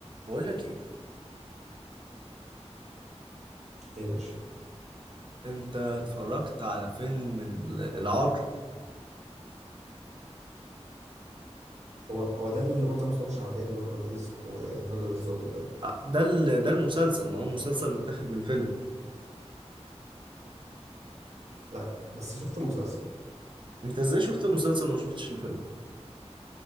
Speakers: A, on the right; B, on the right.
A: بقول لك ايه
B: ايه ماشي
A: انت اتفرجت على فيلم ال- العار
B: هو هو ده اللي هو بتاع مصطفى شعبان واحمد رزق والراجل الظابط ده
A: آه، ده ال- ده المسلسل ما هو مسلسل متاخد من فيلم
B: لا بس شفت المسلسل
A: انت ازاي شفت المسلسل وما شفتش الفيلم